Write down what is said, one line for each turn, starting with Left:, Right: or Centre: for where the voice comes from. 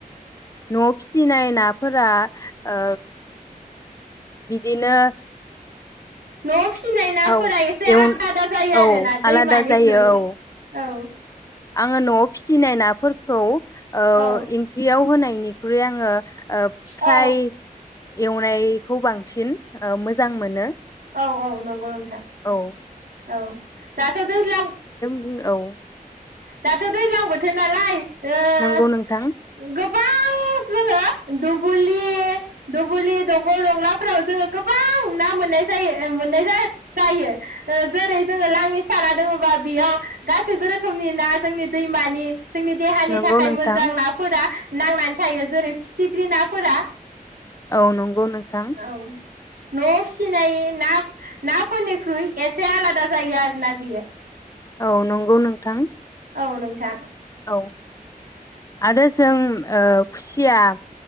Left: न'आव फिसि- सिनाय नाफोरा ओ बिदिनो
Right: न'आव फि फिनाय नाफोरा
Left: औ
Right: एसे
Left: एव
Right: आलादा जायो आरोना
Left: औ
Right: दैमानिख्रुइ
Left: आलादा जायो औ
Right: औ
Left: आङो न'आव फिसिनाय नाफोरखौ ओ
Right: औ
Left: इंख्रियाव होनाय बेनिख्रुइ आङो ओ
Right: औ
Left: प्राय एवनायखौ बांसिन ओ मोजां मोनो
Right: औ-औ नंगौ नोंथां
Left: औ
Right: औ दाथ' दैज्लां
Left: उन औ
Right: दाथ' दैज्लां बोथोर नालाय ओ
Left: नंगौ नोंथां
Right: गोब बां जोङो दुबुलि दुबचलि दंग' दंलाफोराव जोङो गोबां ना मोननाय जायो ओ मोननाय जा जायो ओ जेरै जोङो लांनि साना दङबा बेयाव गासैबो रोखोमनि ना जोंनि दै मानि जोंनि देहानि
Left: नंगौ
Right: थाखाय
Left: नोंथां
Right: मोजां नाफोरा नांनानै थायो जेरै फिथिख्रि नाफोरा
Left: औ नंगौ नोंथां
Right: औ न'आव फिसिनाय ना नाफोरनिख्रुइ एसे आलादा जायो आरोना बियो
Left: औ नंगौ नोंथां
Right: औ नोंथां
Left: औ आरो जों ओ खुसिया